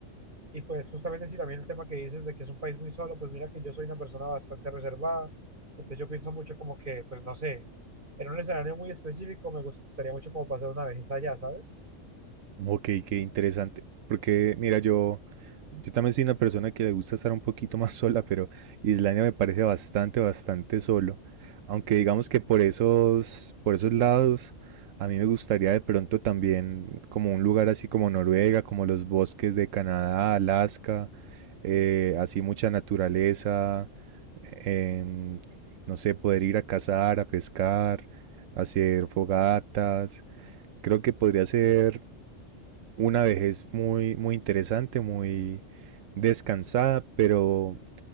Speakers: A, on the right; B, on the right.
A: Y pues justamente si también el tema que dices de que es un país muy solo, pues mira que yo soy una persona bastante reservada, entonces yo pienso mucho como que, pues no sé, en un escenario muy específico me gustaría mucho como pasar una vez allá, ¿sabes?
B: Ok, qué interesante. Porque, mira, yo, yo también soy una persona que le gusta estar un poquito <laughs> más sola, pero Islandia me parece bastante, bastante solo. Aunque digamos que por esos, por esos lados, a mí me gustaría de pronto también como un lugar así como Noruega, como los bosques de Canadá, Alaska, eh, así mucha naturaleza, em, no sé, poder ir a cazar, a pescar, hacer fogatas. Creo que podría ser una vejez muy, muy interesante, muy descansada, pero,